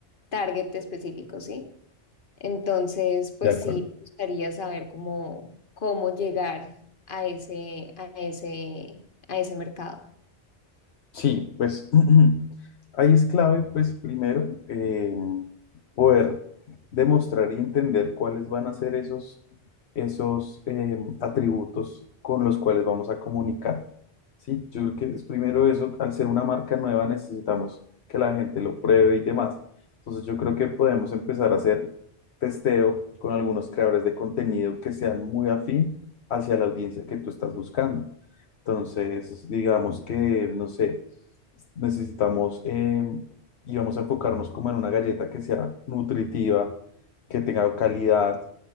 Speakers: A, on the left; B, on the left.
A: target específico, ¿sí? Entonces,
B: De
A: pues
B: acuerdo.
A: sí, me gustaría saber cómo, cómo llegar a ese, a ese, a ese mercado.
B: Sí, pues <clears throat> ahí es clave, pues primero, eh, poder demostrar y entender cuáles van a ser esos, esos eh, atributos con los cuales vamos a comunicar. Sí, yo creo que es primero eso, al ser una marca nueva necesitamos que la gente lo pruebe y demás. Entonces yo creo que podemos empezar a hacer testeo con algunos creadores de contenido que sean muy afín hacia la audiencia que tú estás buscando. Entonces, digamos que, no sé, necesitamos eh, y vamos a enfocarnos como en una galleta que sea nutritiva, que tenga calidad,